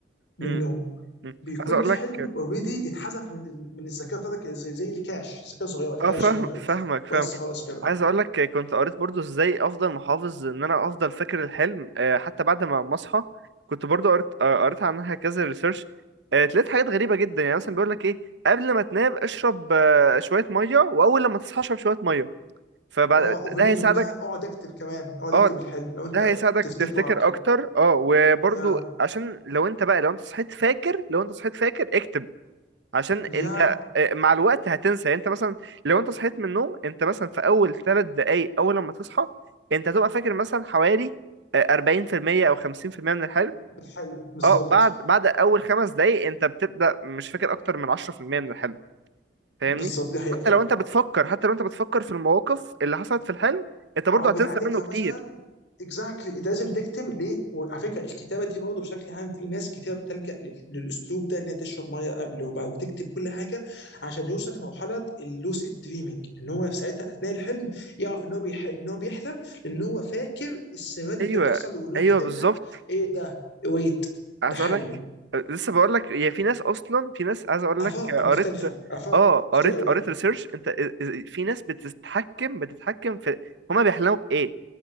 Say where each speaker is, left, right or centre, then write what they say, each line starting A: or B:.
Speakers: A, on the left (about 70°); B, on the right (about 70°).
A: من
B: مم.
A: النوم
B: مم.
A: بيكون
B: عايز اقول
A: الحلم
B: لك
A: اوريدي اتحذف من ال... من الذاكره بتاعتك زي, زي الكاش الذاكره الصغيره الكاش
B: اه فاهم
A: ميموري
B: فاهمك فاهمك
A: بس خلاص كده
B: عايز اقول لك كنت قريت برضو ازاي افضل محافظ ان انا افضل فاكر الحلم آه، حتى بعد ما ما اصحى كنت برضو قريت آه، قريت عنها كذا ريسيرش لقيت حاجات غريبه جدا يعني مثلا بيقول لك ايه قبل ما تنام اشرب آه، شويه ميه واول لما تصحى اشرب شويه ميه فبعد
A: اه وفي
B: ده
A: من
B: هيساعدك
A: ضمنها اقعد اكتب كمان اقعد
B: اه
A: اكتب الحلم لو
B: ده
A: انت
B: هيساعدك
A: تفتكره
B: تفتكر
A: على طول
B: اكتر اه وبرضو
A: يا
B: عشان لو انت بقى لو انت صحيت فاكر لو انت صحيت فاكر اكتب عشان انت
A: يا
B: آه، مع الوقت هتنسى يعني انت مثلا لو انت صحيت من النوم انت مثلا في اول ثلاث دقايق اول لما تصحى انت هتبقى فاكر مثلا حوالي آه، 40% او 50% من الحلم
A: الحلم بالظبط
B: اه بعد بعد اول خمس دقايق انت بتبدأ مش فاكر اكتر من 10% من الحلم فاهمني
A: بالظبط دي حقيقه
B: حتى
A: فعلا
B: لو انت بتفكر حتى لو انت بتفكر في المواقف اللي حصلت في الحلم انت برضه
A: او بتعالجها
B: هتنسى منه كتير
A: مثلا اكزاكتلي انت لازم تكتب ليه وعلى فكره الكتابه دي برضه بشكل عام في ناس كتير بتلجأ لل- للاسلوب ده انها تشرب ميه قبل وبعد وتكتب كل حاجه عشان يوصل لمرحله اللوسيد دريمينج ان هو في ساعتها اثناء الحلم يعرف ان هو بيح... ان هو بيحلم لان هو فاكر السيناريوهات اللي
B: ايوه
A: كانت بتحصل وان هو
B: ايوه
A: كاتبها
B: بالظبط
A: ايه ده ويت
B: عايز
A: ده حلم
B: اقول لك لسه بقول لك هي في ناس اصلا في ناس عايز اقول
A: افاق
B: لك
A: مختلفه
B: قريت
A: افاق
B: اه قريت
A: كتير قوي
B: قريت ريسيرش انت آه، آه، في ناس بتتحكم بتتحكم في هما بيحلموا بايه